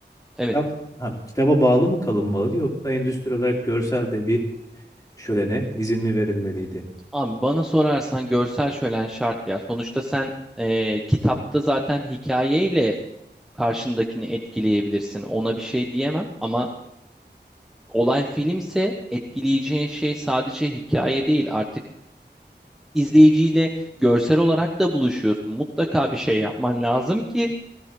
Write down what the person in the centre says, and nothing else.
evet.
Abi bana sorarsan görsel şölen şart ya. Sonuçta sen eee, kitapta zaten hikayeyle karşındakini etkileyebilirsin. Ona bir şey diyemem ama olay filmse etkileyeceğin şey sadece hikaye değil artık izleyiciyle görsel olarak da buluşuyorsun. Mutlaka bir şey yapman lazım ki